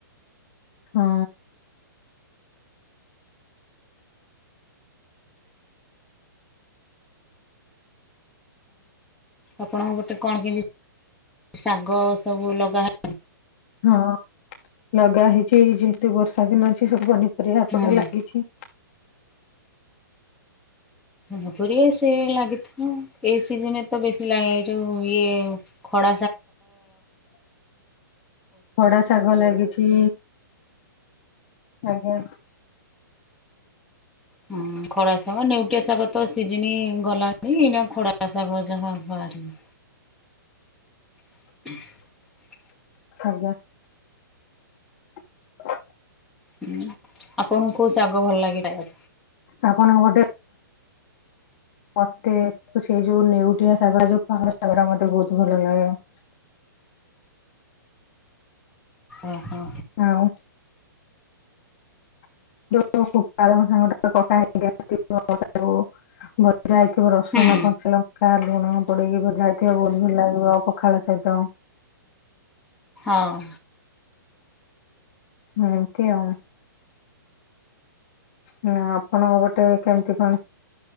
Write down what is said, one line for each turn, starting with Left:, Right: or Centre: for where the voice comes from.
Left: ହଁ।
Centre: ଆପଣ ଗୋଟେ କଣ କି ଶାଗ ସବୁ ଲଗାହ
Left: ହଁ। ଲଗା ହେଇଚି ଯେହେତୁ ବର୍ଷା ଦିନ ଅଛି ସବୁ ପନିପରିବା ଏପଟେ
Centre: ହଁ
Left: ଲାଗିଛି।
Centre: ପପଆ ସେ ଲାଗିଥିବ ଏଇ ସିଜନରେ ତ ବେଶୀ ଲାଗେ ଯୋଉ ଇଏ ଖ <unintelligible>
Left: ଖଡ଼ା ଶାଗ ଲାଗିଚି। ଆଜ୍ଞା।
Centre: ହଁ ଖଡ଼ା ଶାଗ ନେଉଟିଆ ଶାଗ ତ ସିଜିନି ଗଲାଣି ଏଇନା ଖଡ଼ା ଶଗ ଯାହା ବାହାରିବ। <inaudible>
Left: ଆଜ୍ଞା। <inaudible>
Centre: ହୁଁ ଆପଣଙ୍କୁ କୋଉ ଶାଗ ଭଲ ଲାଗେ ଖାଇବାକୁ?
Left: ଆପଣଙ୍କୁ ଗୋଟେ ମତେ ସେଇ ଯୋଉ ନେଉଟିଆ ଶାଗଟା ଯୋଉ <unintelligible> ସେଗୁଡା ମତେ ବୋହୁତ ଭଲ ଲାଗେ। <inaudible>
Centre: ଓ ହୋ।
Left: ଆଉ <unintelligible> ପାଳଙ୍ଗ ଶାଗ <unintelligible> ଯାଇଥିବ ରସୁଣ
Centre: ହୁଁ
Left: ଗଞ୍ଚା ଲଙ୍କା ଲୁଣ ପଡ଼ିକି ଭଯାହେଇଥିବ ବୋହୁତ ଭଲ ଲାଗିବ ପଖାଳ ସହିତ।
Centre: ହଁ।
Left: ଆହୁଁ ଏମିତି ଆଉ। ନା ଆପଣଙ୍କ ଗୋଟେ କେମିତି